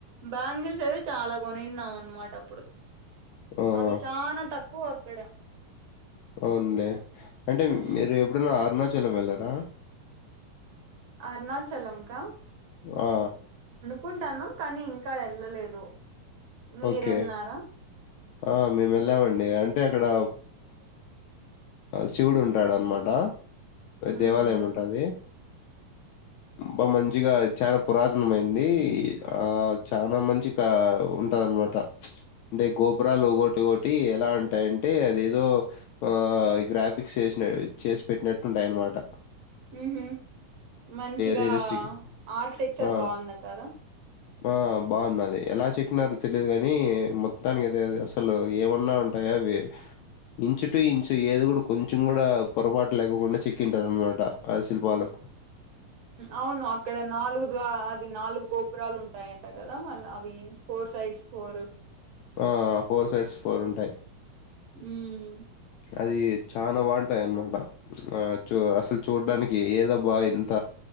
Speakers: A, on the right (about 60°); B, on the left (about 80°).
A: బ్యాంగిల్స్ అయితే చాలా కొని తిన్నాం అనమాట అప్పుడు
B: ఆహా!
A: అవి చాలా తక్కువ అక్కడ
B: అవునులే అంటే
A: ఉమ్
B: మీరు ఎప్పుడన్నా అరుణాచలం వెళ్ళారా
A: అరుణాచలం కా
B: ఆ
A: కుంటన్నం కానీ ఇంకా వెళ్ళలేదు మీరు
B: ఓకే.
A: ఎల్లిన్నారా
B: ఆ మేము వెళ్ళామండి అంటే అక్కడ శివుడు ఉంటాడు అనమాట
A: ఉమ్
B: దేవాలయం ఉంటది బా మంచిగా చాలా పురాతన మయింది ఆ చానా మంచిగా ఉ అనమాట అంటే గోపురాలు ఒకటి ఒకటి ఎలా ఉంటాయంటే అదేదో ఆ గ్రాఫిక్స్ చేసి పెట్టినట్లుంటాయి అన్నమాట
A: ఉహు మంచిగా
B: రియలిస్టిక్
A: ఆర్కిటెక్చర్
B: ఆ!
A: బాగుందంటార
B: ఆ బాగుందది ఎలా చె చెక్కినరు తెలియదు కాని మొత్తానికి అద అసలు ఏమన్నా ఉంటాయా అవి ఇంచు టు ఇంచు ఏది కూడా కొంచెం కూడా పొరపాటు లేకుండా చెక్కింటారు అనమాట ఆ శిల్పాలు
A: అవును అక్కడ నాలుగు ద్వ అది నాలుగు గోపురాలు ఉంటాయంట కదా మళ్ళ అవి ఫోర్ సైడ్స్ ఫోర్
B: ఆ ఫోర్ సైడ్స్ ఫోర్ ఉంటాయి
A: ఉమ్
B: అది చాలా బాగుంటాయి అన్నమాట చూ అసలు చూడ్డానికి ఏదబ్బ ఇంత